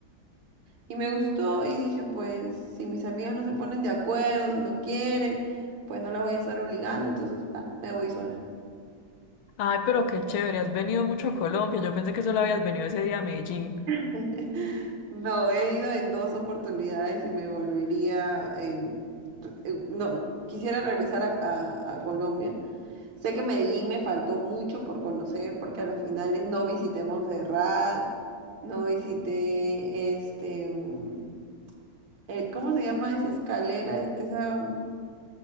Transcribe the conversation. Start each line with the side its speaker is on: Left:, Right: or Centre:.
Right: Y me gustó y dije, pues si mis amigas no se ponen de acuerdo, si no quieren, pues no la voy a estar obligando, entonces pa, me voy sola.
Left: Ay, pero qué chévere, has venido mucho a Colombia. Yo pensé que solo habías venido ese día a Medellín.
Right: <laughs> No, he ido en dos oportunidades y me volvería, em, re- eh, no, quisiera regresar a, a- a Colombia, Sé que Medellín me faltó mucho por conocer porque a las finales no visité Montserrat, no visité este, mm, eh, ¿cómo se llama esa escalera? Es- Esa, mm,